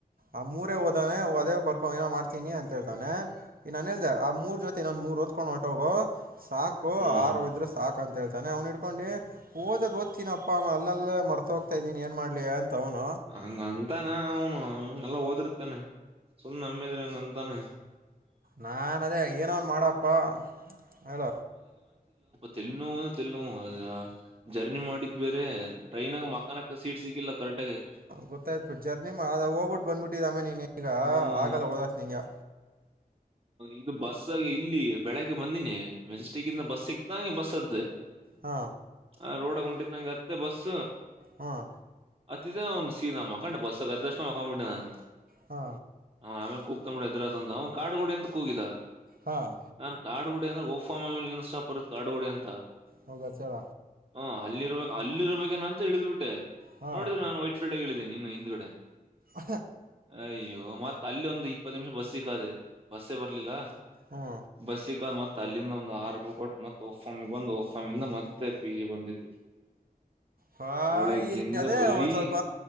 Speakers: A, on the right; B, on the right.
A: ಆ ಮೂರೇ ಹೋದಾನೆ ಹದೇ ಬರ್ಕೋ ಏನೋ ಮಾಡ್ತ ಅಂತ ಹೇತಾನೆ ಈ ನಾನನ್ ಹೇಳಿದೆ ಆ ಮೂರ್ ಜೊತೆ ನಂದ ಮೂರ್ ಒಓದ್ಕೊಂಡ್ ಹೊಟ್ಟೋಗು ಸಾಕು
B: ಹ್ಮ್
A: ಆರು ಇದ್ರ ಸಾಕ ಅ ಹೇತಾನೆ ಅವ್ನ್ ಇಡ್ಕೊಂಡಿ ಓದ ಓದ್ತನಪ್ಪಾ ಅಲ್ಲಲ್ಲ ಮರ್ತ ಹೋಗ್ತಾ ಇದೀನಿ ಏನ್ ಮಾಡ್ಲಿ ಅಂತ ಅವನು
B: ಹಂಗ ಅಂತಾನ ಅವನು ಎಲ್ಲ ಓದಿರ್ತಾನೆ ಸುಮ್ ನಮ್ಮಿದ್ರಿ ಹಂಗ ಅಂತಾನ
A: ನಾನ್ ಅದೇ ಏನವನ್ ಮಾಡಪ್ಪ ಹೇಳ
B: ತಲ್ಲಿ ನೋವು ಅ ತಲ್ಲಿ ನೋವು ಅ ಜರ್ನಿ ಮಾಡಿದ್ ಬೇರೆ ಟ್ರೈನ್ಾಗ ಮಾನಕ್ಕ ಸೀಟ್ ಸಿಕ್ಕಿಲ್ಲ ಕರೆಕ್ಟಾಗಿ
A: ಗೊತ್ತಾಯ್ತ್ ಬಿಟ್ಟ ಜರ್ನಿ ಅ ಹೋಗ್ಬಿಟ್ಟು ಬಂದ್ಬಿಟ್ಟಿದಮ್ಮೇ ನೀನ್ ಈಗ
B: ಹ್ಮ್
A: ಆಗಲ್ಲ ಓದಕ್ ನಿಗ ಹಾ
B: ಇದು ಬಸ್ಗ ಇಲ್ಲಿ ಬೆಳಗ್ಗೆ ಬಂದಿನಿ ಮೆಜೆಸ್ಟಿಕ್ ಇಂದ ಬಸ್ ಸಿಕ್ತಂಗೆ ಬಸ್ ಅತ್ತ್ದೆ
A: ಹಾ
B: ಆ ರೋಡ ಉಂಟಿತ್ತುಂಗೆ ಅತ್ತೆ ಬಸ್
A: ಹಾಂ
B: ಅತ್ತ್ ಸೀ ನಮ್ಮ ಮಕೊಂಡೆ ಬಸ್ ಅದಕ್ಷಣ ಹಕೊಂಬಿಟ್ಟೆ ನಾನು
A: ಹಾ
B: ಆೇಲೆ ಕೂತಂಬಡ ಇದದ್ರ ಅವ ಕಾಡು ಗೊಡಿ ಎಂತ ಕೂಗಿದ
A: ಹಾಂ
B: ನಾನನ್ ಕಾಡು ಅಂದ್ರ ಓಫ ಮೇಲೆ ಸ್ಟಾಪ್ ಬರುತ್ತೆ ಆಡುಗೋಡೆ ಅಂತ
A: ಹೋಗ ಚಳ
B: ಹ ಅಲ್ಲಿ ಇರ್ಬೇಕು ಅಲ್ಲಿ ಇರಬೇಕೇಏ ಅಂತ ಇಳಿದ್ ಬಿಟ್ಟ
A: ಹಾಂ
B: ನೋಡ್ರೆ ನಾನು ನೀನ್ನು ಹಿಂದ್ಗಡೆ
A: ಹ
B: ಅಯ್ಯೋ ಮತ್ತ ಅಲ್ಲಿ ಒಂದು ಇಪ್ಪತ್ತು ನಿಮಿಷ ಬಸ್ ಸಿಕ್ಕದೆೆ ಬಸ್ಸೇ ಬರ್ಲಿಲ್ಲ
A: ಹ್ಞೂ
B: ಬಸಿ ಕ ಮತ ಅಲ್ಲಿಂದ ಒಂದು ಆಹಾರಪ ಕೊಟ್ಟು ಮತ್ತೆ ಫಾಮಿ ಬಂದು ಫಾಮಿಂದ ಮತ್ತೆ ಪಿ ಜಿ ಬಂದಿದ್ದು
A: ಹ
B: ಬೆಳಗ್ಗಿಂದ
A: ಅದೇ
B: ಬರೀ
A: ಒಂದ್ ಸ್ವಲ್ಪ